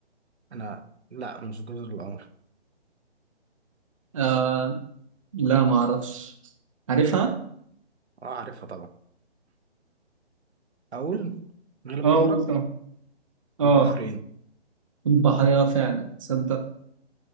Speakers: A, on the right (about 70°); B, on the right (about 30°).
A: انا لا مش جزر القمر
B: آه لا ما اعرفش عارفها
A: اه عارفها طبعا اقول غلب
B: اه
A: حمارك
B: قول طبعا. اه
A: البحرين
B: البحرية فعلا تصدق